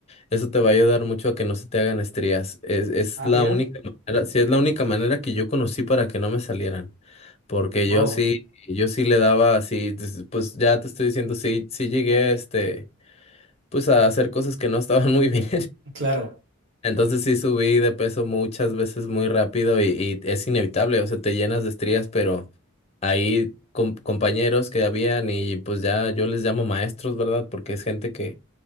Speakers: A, on the left; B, on the right.
A: Eso te va a ayudar mucho a que no se te hagan estrías. Es, es
B: Ah,
A: la
B: mira.
A: única manera, sí, es la única manera que yo conocí para que no me salieran. Porque
B: Wow.
A: yo sí, yo sí le daba así, des- pues ya te estoy diciendo, sí, sí llegué, este, pues a hacer cosas que no estaban <laughs> muy bien.
B: Claro,
A: Entonces sí subí de peso muchas veces muy rápido y, y es inevitable, o sea, te llenas de estrías, pero ahí com- compañeros que habían y pues ya yo les llamo maestros, ¿verdad? Porque es gente que